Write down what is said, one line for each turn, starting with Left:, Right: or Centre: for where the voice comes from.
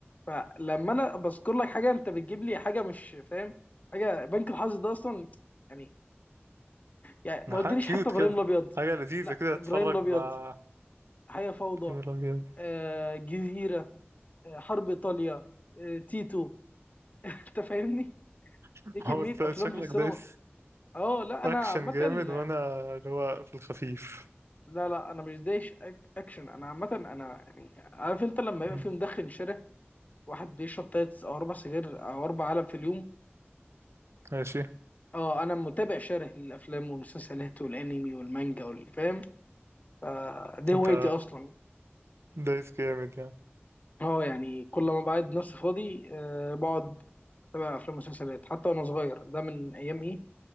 Left: فلما انا بذكر لك حاجه انت بتجيب لي حاجه مش فاهم حاجه بنك الحظ ده اصلا يعني يعني
Right: يعني
Left: ما قلتليش
Right: حاجة كيوت
Left: حتى ابراهيم
Right: كده
Left: الابيض
Right: حاجة لذيذة
Left: لا
Right: كده
Left: ابراهيم
Right: تتفرج
Left: الابيض
Right: مع
Left: حياه فوضى
Right: يا راجل.
Left: آه جزيره آه حرب ايطاليا آه تيتو <laughs> انت فاهمني
Right: <laughs>
Left: دي كميه
Right: هو انت
Left: افلام
Right: شكلك
Left: في السينما
Right: دايس
Left: اه لا
Right: اكشن
Left: انا عامه
Right: جامد وانا اللي هو في الخفيف
Left: لا لا انا مش دايش أك- اكشن انا عامه انا يعني عارف انت لما
Right: مم.
Left: يبقى في مدخن شارع واحد بيشرب تلات او اربع سجاير او اربع علب في اليوم
Right: ماشي
Left: اه انا متابع شره للافلام والمسلسلات والانمي والمانجا والفام فدي
Right: انت
Left: هوايتي اصلا
Right: دايس جامد يعني
Left: اه يعني كل ما بعد نفسي فاضي آه بقعد اتابع افلام ومسلسلات حتى وانا صغير ده من ايام ايه